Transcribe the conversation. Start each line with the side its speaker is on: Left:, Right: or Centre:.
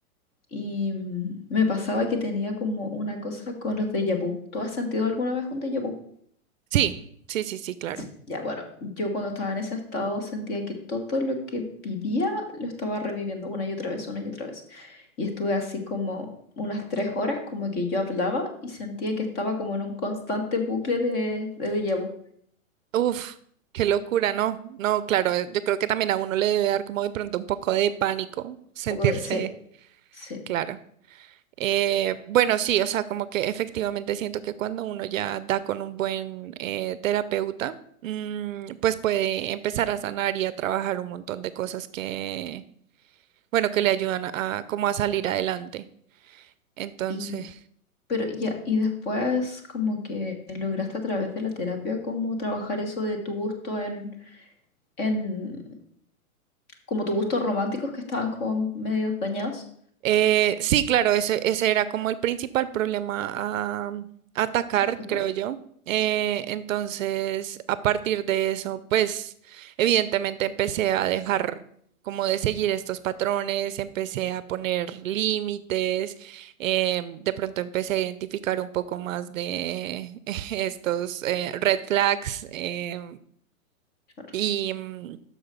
Left: Y mm, me pasaba que tenía como una cosa con los déjà vu. ¿Tú has sentido alguna vez un déjà vu?
Right: Sí, sí, sí, sí, claro.
Left: Sí, Ya, bueno, yo cuando estaba en ese estado sentía que todo lo que vivía lo estaba reviviendo una y otra vez, una y otra vez. Y estuve así como unas tres horas, como que yo hablaba y sentía que estaba como en un constante bucle de, de déjà vu. Un
Right: Uf, qué locura, no, no, claro, eh, yo creo que también a uno le debe dar como de pronto un poco de pánico sentirse,
Left: poco de, sí, sí.
Right: claro. Eh, bueno, sí, o sea, como que efectivamente siento que cuando uno ya da con un buen eh, terapeuta, mm, pues puede empezar a sanar y a trabajar un montón de cosas que, bueno, que le ayudan a, a como a salir adelante. Entonces,
Left: Y, pero ya, y después como que lograste a través de la terapia como trabajar eso de tu gusto en, en, como tus gustos románticos que estaban como medio dañados.
Right: Eh, sí, claro, ese, ese era como el principal problema a, a atacar,
Left: A tratar,
Right: creo yo. Eh, entonces, a partir de eso, pues, evidentemente empecé a dejar como de seguir estos patrones, empecé a poner límites, eh, de pronto empecé a identificar un poco más de <laughs> estos eh, red flags. Eh,
Left: claro.
Right: y, mm,